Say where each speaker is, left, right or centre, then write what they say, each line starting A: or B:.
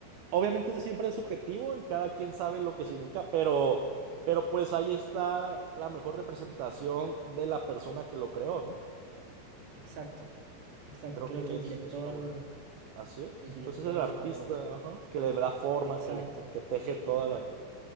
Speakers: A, on the right; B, on the right.
A: obviamente siempre es subjetivo y cada quien sabe lo que significa, pero, pero pues ahí está la mejor representación de la persona que lo creó, ¿no?
B: Exacto, exacto.
A: Creo
B: Creo
A: que
B: que el
A: es,
B: director,
A: es una buena. Así es.
B: el director
A: Pues es el
B: es
A: artista,
B: como el...
A: ajá, que le da forma,
B: Exacto,
A: que, que teje toda la...